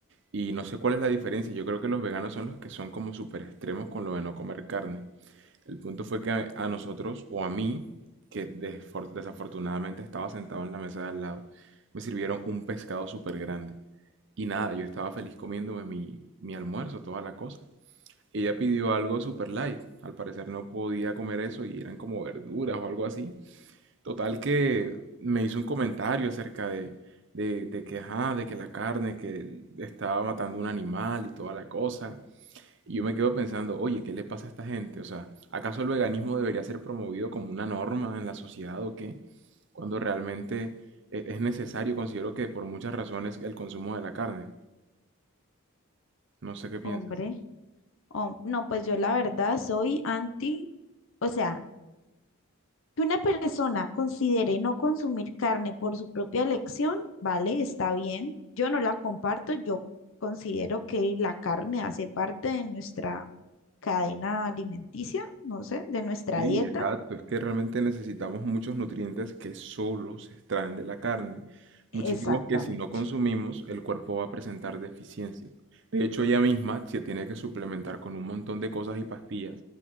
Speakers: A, on the right; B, on the left.
A: y no sé cuál es la diferencia. Yo creo que los veganos son los que son como súper extremos con lo de no comer carne. El punto fue que a nosotros, o a mí, que desfor- desafortunadamente estaba sentado en la mesa de al lado, me sirvieron un pescado súper grande. Y nada, yo estaba feliz comiéndome mi, mi almuerzo, toda la cosa. Ella pidió algo super light. Al parecer no podía comer eso y eran como verduras o algo así. Total que me hizo un comentario acerca de, de, de que, ajá, de que la carne que estaba matando un animal y toda la cosa. Y yo me quedo pensando, oye, ¿qué le pasa a esta gente? O sea, ¿acaso el veganismo debería ser promovido como una norma en la sociedad o qué? Cuando realmente eh, es necesario, considero que por muchas razones, el consumo de la carne. No sé qué piensas.
B: Hombre, hom- no, pues yo la verdad soy anti, o sea, que una persona considere no consumir carne por su propia elección, vale, está bien. Yo no la comparto, yo considero que la carne hace parte de nuestra cadena alimenticia, no sé, de nuestra
A: Sí,
B: dieta.
A: exacto. Es que realmente necesitamos muchos nutrientes que solo se extraen de la carne. Muchísimos
B: Exactamente.
A: que si no consumimos, el cuerpo va a presentar deficiencias. De hecho, ella misma se tiene que suplementar con un montón de cosas y pastillas